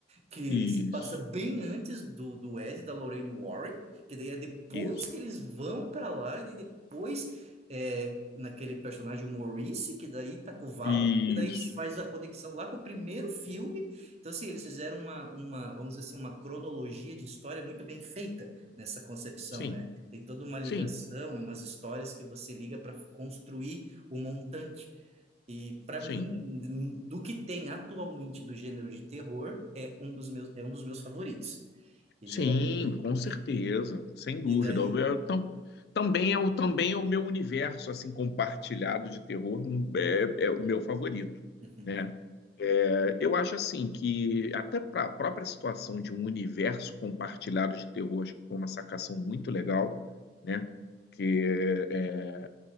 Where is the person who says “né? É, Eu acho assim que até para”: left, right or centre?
Left